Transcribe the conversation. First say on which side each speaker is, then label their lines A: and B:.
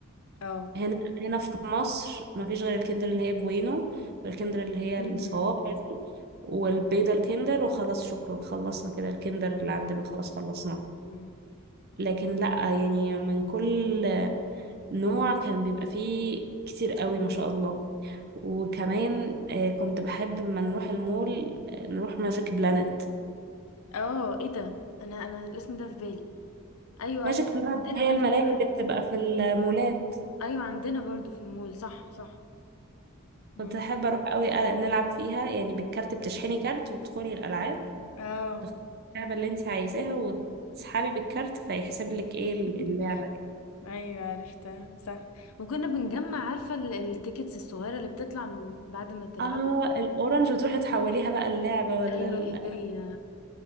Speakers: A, on the left; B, on the right.
A: اه
B: هنا هنا في مصر مفيش غير الكندر اللي هي بوينو والكندر اللي هي
A: مم.
B: الصوابع دي والبيضة الكندر وخلاص شكرا خلصنا كده الكندر اللي عندنا خلاص خلصناه
A: مم.
B: لكن لأ يعني من كل نوع كان بيبقى فيه كتير قوي ما شاء الله وكمان آه، كنت بحب لما نروح المول آه، نروح ماجيك بلانت
A: اه ايه ده انا انا الاسم ده في بالي ايوه
B: ماجيك
A: ايوه
B: بلانت
A: عندنا
B: هي
A: مسجد
B: الملاعب
A: ده
B: اللي بتبقى في المولات
A: ايوه عندنا برضو في المول صح صح مم.
B: كنت أحب أروح قوي ألع- نلعب فيها يعني بالكارت بتشحني كارت وتدخلي الألعاب
A: اه
B: تختاري اللعبة اللي انت عايزاها وتسحبي بالكارت فيحسب لك
A: <laughs>
B: ايه اللعبة دي
A: ايوه عرفتها صح وكنا بنجمع عارفه ال- التيكتس الصغيره اللي بتطلع من بعد ما تلعبي
B: اه الاورنج وتروحي تحوليها بقى اللعبة ولا
A: ايوه
B: ال-
A: الهديه